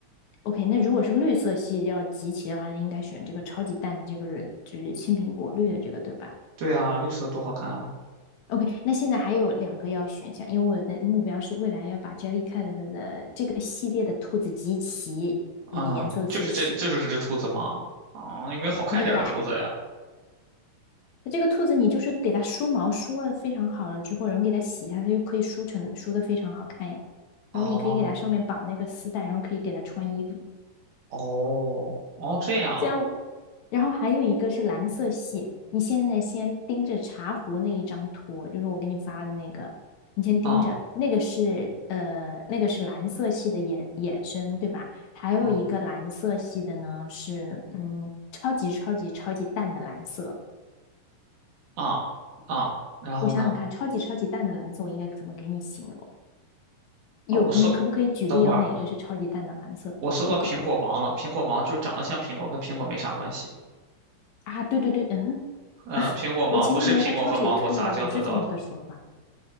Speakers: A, on the left (about 70°); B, on the right (about 70°).
A: OK，那如果是绿色系要集齐的话，那应该选这个超级淡的这个就是青苹果绿的这个，对吧
B: 对啊，绿色多好看啊！
A: ？OK，那现在还有两个要选项，因为我的目标是未来要把 Jellycat 的这个系列的兔子集齐颜色的色系。
B: 啊、就是这，就是这只兔子吗？啊、有没有好看一点的兔子呀？
A: 耶、yeah, 这个兔子你就是给它梳毛梳了非常好了之后，然后给它洗一下，它就可以梳成梳的非常好看呀。
B: 哦
A: 然后你可以给它上面绑那个丝带，然后可以给它穿衣服。
B: 哦哦，这样啊
A: 这样，然后还有一个是蓝色系，你现在先盯着茶壶那一张图，就是我给你发的那个，你先盯着，
B: 啊
A: 那个是呃那个是蓝色系的衍衍生，对吧？还有一个蓝色系的呢是嗯超级超级超级淡的蓝色。
B: 嗯啊啊，然后呢？
A: 我想想看，超级超级淡的蓝色，我应该怎么给你形容？有，
B: 啊，我搜，
A: 你可不可以举例有哪一个是超级淡的蓝色？
B: 等会儿。我搜到苹果芒了，
A: 我搞
B: 苹果芒就长得像苹果，跟苹果没啥关系。
A: 啊，对对对，嗯，
B: 嗯，苹果芒不是苹果和芒果杂交得到的。
A: 我前几天在超市里看到的不是这么个说法，